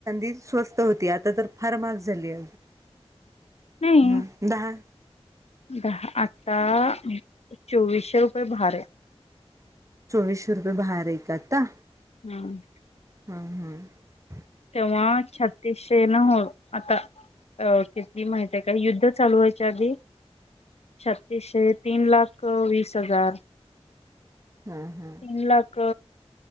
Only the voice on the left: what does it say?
नाही
दहा आत्ता चोवीसशे रुपये भार आहे
हम्
तेव्हा छत्तीशे ना हो आता क ती माहित आहे काय युद्ध चालू व्हायच्या आधी शक्तीशेेत तीन लाख वीस हजार
तीन लाख